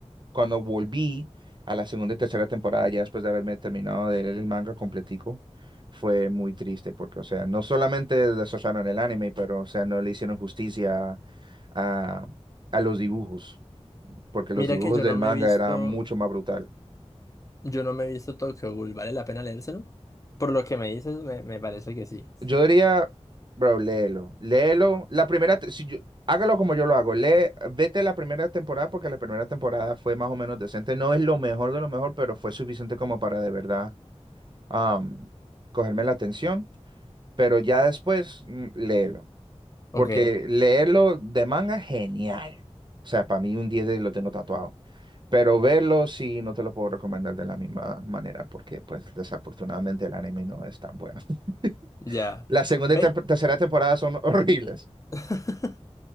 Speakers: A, on the right; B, on the left.
A: cuando volví a la segunda y tercera temporada, ya después de haberme terminado de leer el manga completico, fue muy triste porque, o sea, no solamente desocharon el anime, pero, o sea, no le hicieron justicia a, a los dibujos porque los
B: Mira
A: dibujos
B: que yo
A: del
B: no me
A: manga
B: he visto.
A: eran mucho más brutal.
B: Yo no me he visto Tokyo Ghoul, ¿vale la pena leérselo? Por lo que me dices, me, me parece que sí.
A: Yo diría, bro, léelo, léelo. La primera, te- si yo, hágalo como yo lo hago, lee, vete la primera temporada porque la primera temporada fue más o menos decente. No es lo mejor de lo mejor, pero fue suficiente como para de verdad am, cogerme la atención. Pero ya después, mm, léelo,
B: Ok,
A: porque leerlo de manga, genial. O sea, para mí un 10 de- lo tengo tatuado. Pero verlo sí, no te lo puedo recomendar de la misma manera porque pues desafortunadamente el anime no es tan bueno. <laughs>
B: ya.
A: La segunda
B: Ve.
A: y tem- tercera temporada son <laughs> horribles.
B: <laughs>